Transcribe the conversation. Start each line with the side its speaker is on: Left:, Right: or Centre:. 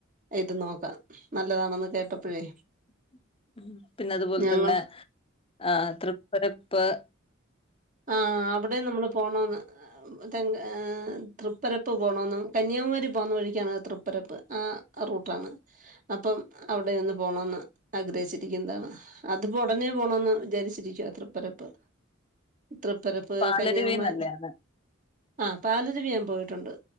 Right: ഇത് നോക്കാം-
Left: <inaudible>
Right: നല്ലതാണെന്ന് കേട്ടപ്പോഴേ
Left: പിന്നത്പോൽ
Right: ഞങ്ങൾ
Left: തന്നെ അഹ് തൃപ്പര പ്പ്-
Right: അഹ് അവിടേം നമ്മള് പോണോന്ന്- തെങ്കാ അഹ് തൃപ്പരപ്പ് പോണോന്ന് കന്യാകുമാരി പോന്ന വഴിക്കാണ് തൃപ്പരപ്പ് അഹ് ആ റൂട്ടാണ് അപ്പം- അവിടെ ഒന്നുപോണോന്ന്- ആഗ്രഹിച്ചിരിക്കുന്നതാണ് അതിപ്പോ ഒടനെ പോണോന്ന് വിചാരിച്ചിരിക്കുവാ തൃപ്പരപ്പ്- തൃപ്പരപ്പ്
Left: പാലരുവി
Right: കന്യാകുമാ
Left: നല്ലയാണ്
Right: അഹ് പാലരുവി ഞാൻ പോയിട്ടൊണ്ട്